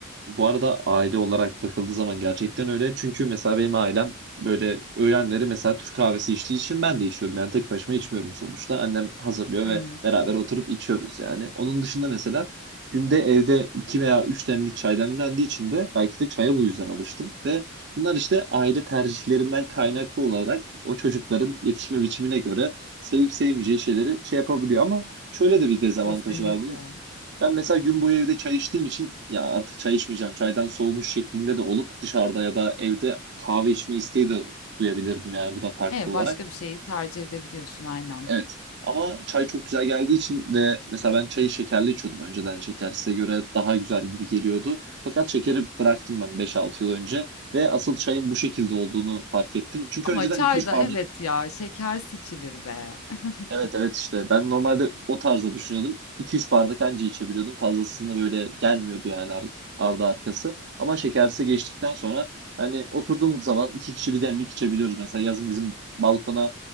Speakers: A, on the right; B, on the left.
A: Bu arada aile olarak bakıldığı zaman gerçekten öyle. Çünkü mesela benim ailem böyle öğlenleri mesela Türk kahvesi içtiği için ben de içiyorum. Yani tek başıma içmiyorum sonuçta. Annem hazırlıyor
B: Hı
A: ve
B: hı.
A: beraber oturup içiyoruz yani. Onun dışında mesela günde evde iki veya üç demlik çay demlendiği için de belki de çaya bu yüzden alıştım. Ve bunlar işte aile tercihlerinden kaynaklı olarak o çocukların yetişme biçimine göre sevip sevmeyeceği şeyleri şey yapabiliyor. Ama şöyle de bir dezavantajı
B: Kesinlikle.
A: var bunun. Ben mesela gün boyu evde çay içtiğim için ya artık çay içmeyeceğim. Çaydan soğumuş şeklinde de olup dışarıda ya da evde kahve içme isteği de duyabilirdim yani bu da farklı
B: Evet,
A: olarak.
B: başka bir şeyi tercih edebiliyorsun aynen.
A: Evet. Ama çay çok güzel geldiği için ve mesela ben çayı şekerli içiyordum önceden. Şeker size göre daha güzel gibi geliyordu. Fakat şekeri bıraktım ben beş altı yıl önce ve asıl çayın bu şekilde olduğunu fark ettim. Çünkü
B: Ama
A: önceden
B: çay
A: iki üç
B: da
A: bardak
B: evet ya şeker içilir be. <laughs>
A: Evet evet işte ben normalde o tarzda düşünüyordum. 2 üç bardak anca içebiliyordum. Fazlasını böyle gelmiyordu yani ar ardı arkası. Ama şekersiz geçtikten sonra hani oturduğumuz zaman iki kişi bir demlik içebiliyoruz. Mesela yazın bizim balkona